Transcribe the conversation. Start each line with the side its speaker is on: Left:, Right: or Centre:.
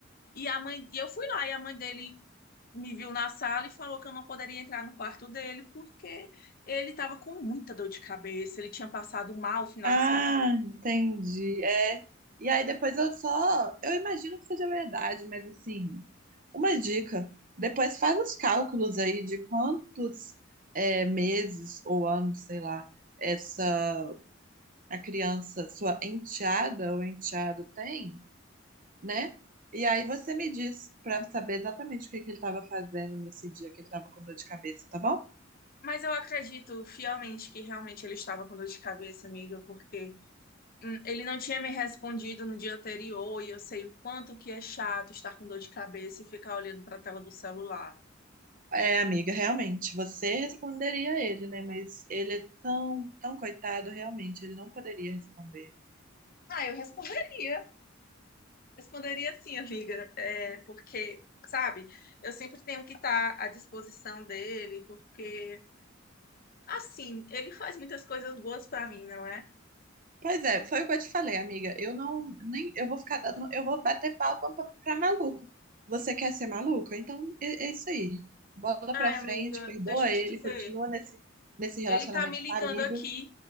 Left: E a mãe, e eu fui lá e a mãe dele me viu na sala e falou que eu não poderia entrar no quarto dele porque ele estava com muita dor de cabeça, ele tinha passado mal o final
Right: Ah,
Left: de semana
Right: entendi. É. E aí depois eu só. Eu imagino que seja verdade, mas assim, uma dica. Depois faz os cálculos aí de quantos é, meses ou anos, sei lá, essa a criança, sua enteada ou enteado tem, né? E aí você me diz para saber exatamente o que que ele estava fazendo nesse dia que ele estava com dor de cabeça, tá bom?
Left: Mas eu acredito fielmente que realmente ele estava com dor de cabeça, amiga, porque hum, ele não tinha me respondido no dia anterior e eu sei o quanto que é chato estar com dor de cabeça e ficar olhando para a tela do celular.
Right: É, amiga, realmente, você responderia a ele, né? Mas ele é tão, tão coitado, realmente, ele não poderia responder.
Left: Ah, eu responderia. Responderia sim, amiga, é, porque, sabe, eu sempre tenho que estar à disposição dele, porque, assim, ele faz muitas coisas boas para mim, não é?
Right: Pois é, foi o que eu te falei, amiga. Eu não, nem, eu vou ficar dando, eu vou bater palma pra, pra maluco. Você quer ser maluca? Então é, é isso aí. Bola
Left: Ai,
Right: pra frente,
Left: amiga,
Right: perdoa
Left: deixa eu te
Right: ele,
Left: dizer,
Right: continua nesse, nesse relacionamento
Left: ele tá me ligando
Right: falido.
Left: aqui.